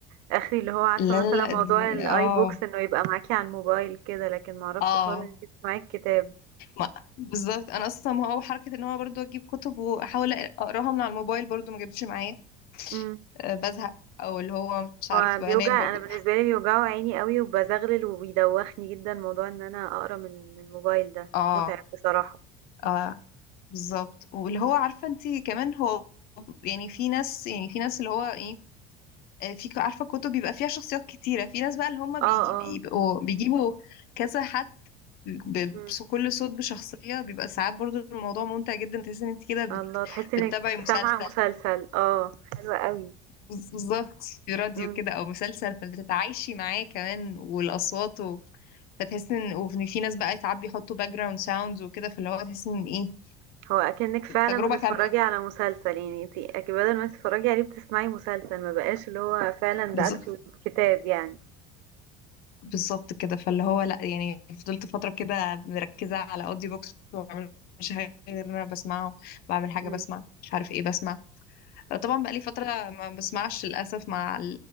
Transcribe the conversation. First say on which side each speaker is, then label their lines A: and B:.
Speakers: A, on the right; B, on the left.
A: آخري اللي هو عارفة
B: لا
A: مثلًا
B: لا لا
A: موضوع
B: دي
A: الiBooks
B: اه
A: إنه يبقى معاكِ على الموبايل كده، لكن ما أعرفش
B: اه
A: حوار إن أنتِ تسمعي الكتاب.
B: ما- بالظبط انا اصلا ما هو حركه ان هو برضو اجيب كتب واحاول اقراها من على الموبايل برضو ما جابتش معايا
A: إمم.
B: آه، بزهق او اللي هو مش عارف
A: هو
B: بنام
A: بيوجع
B: برضو
A: أنا بالنسبة لي بيوجعوا عيني أوي وبازغلل وبيدوّخني جدًا موضوع إن أنا أقرا من من الموبايل ده،
B: اه
A: مُتعب بصراحة.
B: اه بالظبط واللي هو
A: إمم.
B: عارفه انت كمان هو يعني في ناس يعني في ناس اللي هو ايه آه، في ك- عارفه كتب بيبقى فيها شخصيات كتيره في ناس بقى اللي هم بي-
A: آه، آه.
B: بيبقوا بيجيبوا كذا حد ب-
A: إمم.
B: بس- كل صوت بشخصيه بيبقى ساعات برضو الموضوع ممتع جدا تحس ان انت كده بت...
A: الله، تحسّي
B: بتتابعي
A: إنِّك
B: مسلسل
A: سامعة مسلسل. آه، حلو أوي.
B: بز- بالظبط في راديو
A: إمم.
B: كده او مسلسل فبتتعايشي معاه كمان والاصوات فتحس ان وفي في ناس بقى ساعات بيحطوا باك جراوند ساوندز وكده فاللي هو تحس ان ايه
A: هو أكنِّك فعلًا
B: تجربة
A: بتتفرّجي
B: كاملة
A: على مسلسل، يعني أنتِ أك بدل ما تتفرّجي عليه بتسمعي مسلسل، ما بقاش اللي هو فعلًا
B: بالظبط
A: ده أكتُه كتاب يعني.
B: بالظبط كده فاللي هو لا يعني فضلت فترة كده مركزة على اودي بوكس مش حاجة غير إن انا بسمعه بعمل حاجة
A: إمم.
B: بسمع مش عارف ايه بسمع طبعا بقى لي فترة ما بسمعش للأسف مع